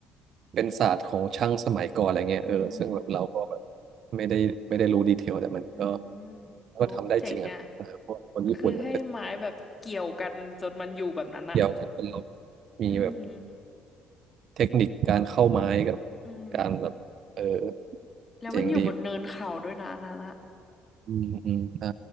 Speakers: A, on the right; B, on the left.
A: เป็นศาสตร์ของช่างสมัยก่อนอะไรเงี้ยเออซึ่งแบบเราก็แบบ
B: อืม
A: ไม่ได้ไม่ได้รู้ดีเทลแต่มันก็
B: อืมโอ้เจ๋งอ่ะ
A: ก็ทำได้จริงอ่ะเออเพราะคนญี่ปุ่นมันก็
B: มันคือให้ไม้แบบเกี่ยวกันจนมันอยู่แบบนั้นอะ
A: เกี่ยวกันเป็นเรามีแบบ
B: อืม
A: เทคนิคการเข้าไม้กับ
B: อืม
A: การแบบเออ
B: แล้วมันอยู่บนเนินเขาด้วยนะอันนั้นอะ
A: เจ๋งดีอืมอืมใช่